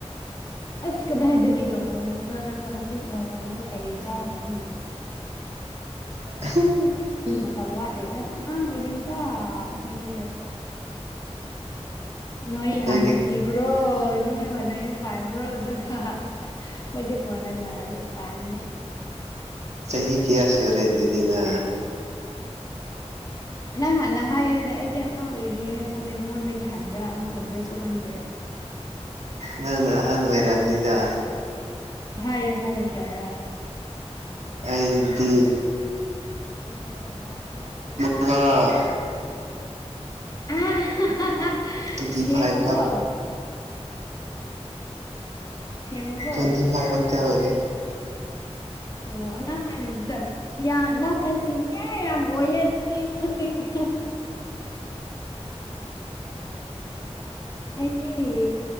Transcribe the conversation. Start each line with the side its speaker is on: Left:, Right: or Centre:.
Left: ꯑꯁ ꯀꯗꯥꯏꯗꯒꯦ ꯂꯨꯍꯣꯡꯕꯗ ꯍꯧꯖꯤꯛ ꯂꯨꯍꯣꯡꯒ ꯀꯔꯤ ꯆꯥꯒꯅꯤ꯫
Right: <unintelligible>
Left: ꯃꯇꯝ ꯋꯥꯠꯂꯤꯗ ꯑꯉꯥꯡ ꯑꯣꯏꯔꯤꯗ ꯑꯩꯈꯣꯏꯗꯤ꯫ ꯅꯣꯏ
Right: ꯅꯪꯗꯤ
Left: ꯍꯥꯟꯅ ꯊꯤꯈ꯭ꯔꯣ ꯅꯣꯏ ꯕꯣꯏꯕꯨ ꯅꯌꯨꯝ ꯄꯥꯟꯈ꯭ꯔꯣ ꯑꯗꯨꯒ ꯑꯈꯣꯏꯗꯤ ꯀꯣꯟꯅꯥꯂꯔ ꯄꯥꯟꯒꯦ꯫
Right: ꯁꯍꯤ ꯀꯌꯥꯁꯨꯨꯔꯦ ꯑꯗꯨꯗꯅ
Left: ꯅꯪ ꯍꯥꯟꯅ ꯍꯥꯏꯌꯨꯅꯦ ꯑꯩꯗꯤ ꯑꯉꯥꯡ ꯑꯣꯏꯔꯤꯌꯦ ꯈꯪꯗꯦ ꯅꯉꯣꯟꯗꯒꯤ ꯍꯟꯕ꯭ꯔꯥ ꯑꯉꯥꯡ ꯑꯣꯏꯕ꯭ꯔꯥꯁꯨ ꯈꯪꯗꯦ
Right: ꯅꯪꯅ ꯑꯍꯟ ꯑꯣꯏꯔꯝꯅꯤꯗ
Left: ꯍꯥꯏꯌꯣ ꯍꯥꯏꯌꯣ ꯀꯌꯥꯔꯥ
Right: ꯑꯩꯗꯤ
Left: ꯎ
Right: ꯅ
Left: ꯌꯥ ꯑ
Right: ꯇꯋꯦꯟꯇꯤ
Left: ꯁꯦꯡꯉꯕꯣ
Right: ꯐꯥꯏꯚ ꯐꯥꯏ
Left: ꯁꯦꯡꯉꯕꯣ
Right: ꯆꯪꯖꯤ ꯈꯥꯏ ꯊꯥꯛꯇ ꯂꯩꯔꯤ
Left: ꯑꯣ ꯑꯅꯪꯅꯦ ꯗ ꯌꯥ ꯅꯪꯅ ꯁꯤꯅꯤꯌꯥꯔ ꯌꯥꯝ ꯑꯣꯏꯌꯦ ꯑꯗꯨꯗꯤ ꯑꯩꯉꯣꯟꯗꯒꯤ ꯑꯩꯗꯤ